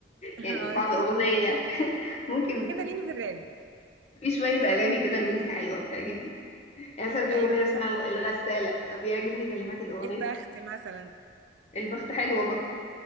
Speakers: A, on the right; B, on the left.
A: <laughs> آه،
B: يعني بعض أغنية <laughs> ممكن
A: كده ليني في الراب
B: في شوية أغاني كده الويجز حلوة بتعجبني يعني مثلا في
A: ايوه
B: أغنية اسمها
A: مثلا
B: الغسالة بيعجبني كلمات الأغنية
A: البخت مثلا
B: البخت حلوة برضه